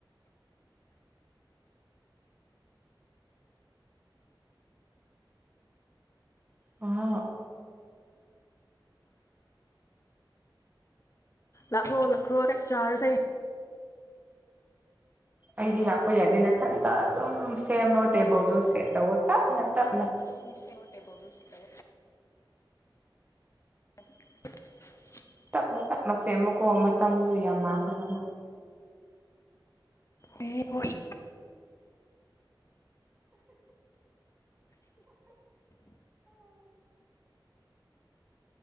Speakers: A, on the right; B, on the left.
A: ꯑ
B: ꯂꯥꯛꯈ꯭ꯔꯣ ꯂꯥꯛꯈ꯭ꯔꯣ ꯆꯥꯛ ꯆꯥꯔꯁꯦ
A: ꯑꯩꯗꯤ ꯂꯥꯛꯄ ꯌꯥꯅꯤꯦ ꯃꯊꯟꯇ ꯑꯗꯨꯝ ꯁꯦꯝꯃꯣ ꯇꯦꯕꯜꯗꯨ ꯁꯦꯠ ꯇꯧꯋꯣ ꯇꯞꯅ ꯇꯞꯅ
B: <unintelligible> <inaudible>
A: ꯇꯞꯅ ꯇꯞꯅ ꯁꯦꯝꯃꯨꯀꯣ ꯃꯇꯝꯗꯨ ꯌꯥꯝ ꯃꯥꯡꯍꯟꯒꯅꯨ
B: <inaudible> ꯍꯣꯏ